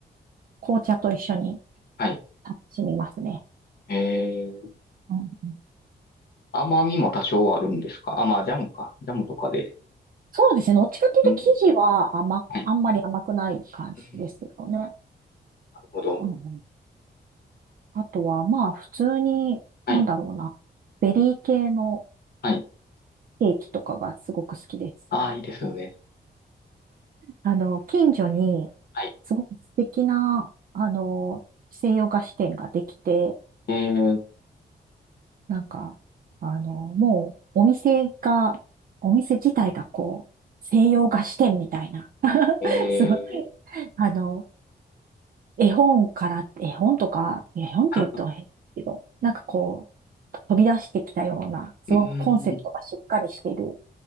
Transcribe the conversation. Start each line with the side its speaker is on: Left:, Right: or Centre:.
Right: 紅茶と一緒に
Left: はい。
Right: 楽しみますね。
Left: えー、
Right: うんうん
Left: 甘みも多少あるんですかあ、まあ、ジャムか。ジャムとかで。
Right: そうですね。どっちかというと、
Left: うん。
Right: 生地は甘く、
Left: はい。
Right: あんまり甘くない感じですけどね。
Left: うん。なるほど。
Right: うんうん。あとは、まあ、普通に、
Left: はい。
Right: なんだろうな。ベリー系の
Left: はい。
Right: ケーキとかがすごく好きです。
Left: ああ、いいですよね。
Right: あの、近所に、
Left: はい。
Right: すごく素敵な、あの、西洋菓子店ができて、
Left: え
Right: なんか、あの、もう、お店が、お店自体がこう、西洋菓子店みたいな、<laughs>
Left: ー、えー、
Right: すごい、あの、絵本から、絵本とか、絵本って言うと変だけど、
Left: <laughs>
Right: なんかこう、飛び出してきたような、すごくコンセプトがしっかりしている、
Left: うーん。